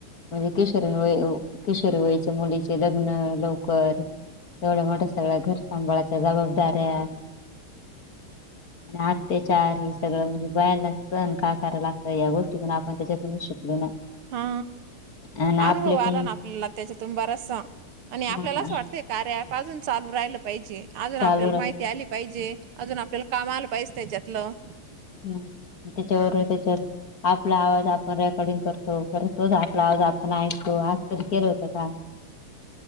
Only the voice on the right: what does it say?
हा
अनुभव
आला ना, आपल्याला त्याच्यातुन बराचसा. आणि आपल्याला
असं वाटतं, कार्या अँप अजून चालू राहिलं पाहिजे. अजून
आपल्याला
माहित ती आली पाहिजे, अजून आपल्याला काम आल पाहिज त्याच्यातलं.